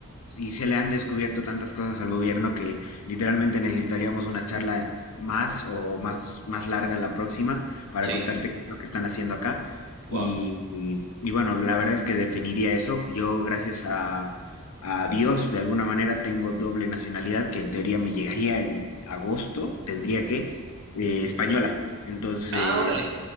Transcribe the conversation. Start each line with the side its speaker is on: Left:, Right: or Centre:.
Left: y se le han descubierto tantas cosas al gobierno que literalmente necesitaríamos una charla más o más, más larga la próxima para
Right: Sí,
Left: contarte qué es lo que están haciendo acá. Y,
Right: wow.
Left: y- y bueno, la verdad es que definiría eso. Yo, gracias a, a Dios, de alguna manera tengo doble nacionalidad que en teoría me llegaría en agosto, tendría que, eh, española. Entonces...
Right: Ah, órale.